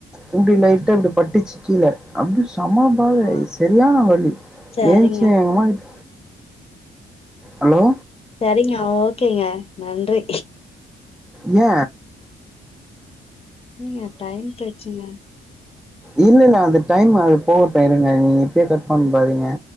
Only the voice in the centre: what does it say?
ப்படி லைட்டா பட்டுச்சு கீழ அப்டி சமபயாயி
சரியான வலி
ஏன்சு எங்கம்மாகிட் ஹலோ
ஏ
இல்லல்ல அந்த டைம் அது போகட்டு இருங்க நீங்க இப்யே கட் பண்ராதீங்க